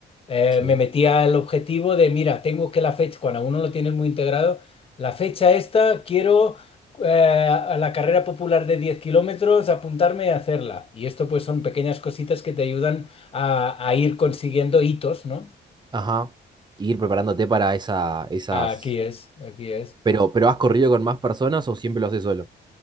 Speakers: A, on the left; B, on the right.
A: Eh,
B: sí.
A: me metía el objetivo de, mira, tengo que la fecha, cuando a uno lo tienes muy integrado, la fecha esta, quiero eh, a la carrera popular de 10 kilómetros, apuntarme a hacerla. Y esto pues son pequeñas cositas que te ayudan a, a ir consiguiendo hitos, ¿no?
B: Ajá. Ir preparándote para esa, esas...
A: Aquí es, aquí es.
B: Pero, pero ¿has corrido con más personas o siempre lo haces solo?